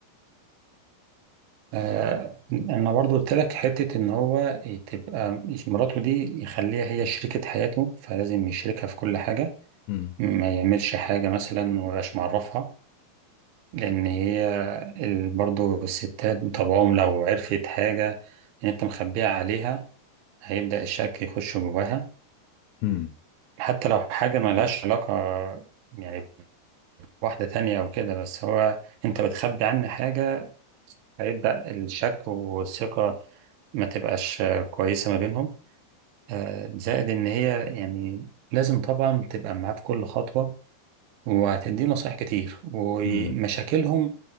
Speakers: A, on the right (about 75°); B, on the left (about 80°).
A: آه انا برضو قلت لك حته ان هو تبقى مراته دي يخليها هي شريكة حياته فلازم يشركها في كل حاجة
B: مم.
A: ما يعملش حاجة مثلا ومبقاش معرفها لأن هي ال- برضو الستات بطبعهم لو عرفت حاجة إن أنت مخبيها عليها هيبدأ الشك يخش جواها
B: مم.
A: حتى لو حاجة ملهاش علاقة يعني بواحدة تانية أو كده بس هو أنت بتخبي عنه حاجة هيبدأ الشك والثقة ما تبقاش كويسة ما بينهم آه، زائد إن هي يعني لازم طبعا تبقى معاه في كل خطوة وهتديه نصايح كتير ومشاكلهم
B: مم.